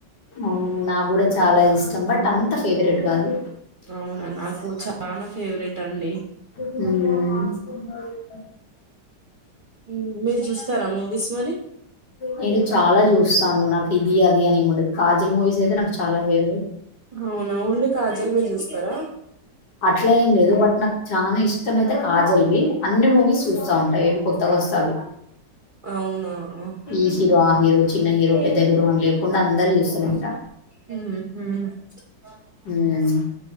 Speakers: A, on the left (about 75°); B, on the right (about 40°).
A: అవును నాకు కూడా చాలా ఇష్టం బట్
B: ఉమ్
A: అంత ఫేవరెట్ కాదు
B: అవునా నాకు చానా ఫేవరెట్ అండి
A: హు
B: మ్మ్, మీరు చూస్తారా మూవీస్ మరి
A: నేను చాలా చూస్తాను నాకి ఇది బిర్యానీ ఏమి ఉండదు కాజల్ మూవీస్ ఐతే నాకు చాలా ఫేవరెట్
B: అవునా ఓన్లీ కాజల్ వే చూస్తరా
A: అట్లా ఏం లేదు బట్ నాకు చానా ఇష్టమయితే కాజల్వి అన్ని మూవీస్ చూస్తా ఉంటా ఏవి కొత్తగా వస్తే అవి
B: అవునా <unintelligible>
A: ఈ హీరో ఆ హీరో చిన్న హీరో పెద్ద హీరో అని లేకుండా అందరివి చూస్తూనే ఉంటా మ్మ్